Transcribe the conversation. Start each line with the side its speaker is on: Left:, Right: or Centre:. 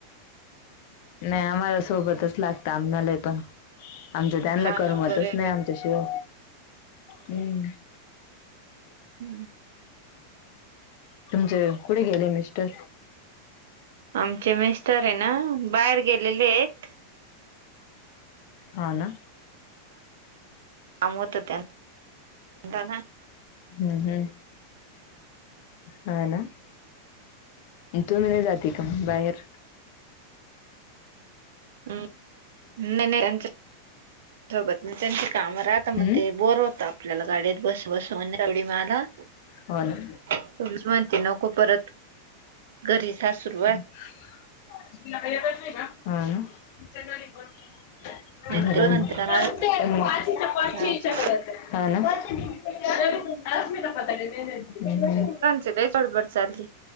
Left: नाही आम्हाला सोबतच लागत, आम्हाले पण आमच्या त्यांना
Right: हा
Left: करमतच
Right: ना बरंय
Left: नाही आमच्या शिव हम्म
Right: हम्म
Left: तुमचे कुठे गेले मिस्टर
Right: आमचे मिस्टर आहे ना बाहेर गेलेले आहेत
Left: हा ना
Right: काम होत त्यांता ना
Left: हम् हम्म हा ना तू्म्ही नाही जाते का बाहेर
Right: हम् नाही नाही त्यांच्याोबत नाही त्यां काम राहता
Left: हम्म
Right: मग ते बोर होत आपल्याला गाडीत बस बसून तेवढ मला
Left: हो ना
Right: तुम्हीचं म्हणती नको परत. घरी
Left: <unintelligible>
Right: सासूरवास
Left: हा, ना. <unintelligible>
Right: नाही ते म्हणतात
Left: <unintelligible>
Right: माझं हा
Left: हा, ना. <unintelligible>
Right: तिथं लई बडबड चालली,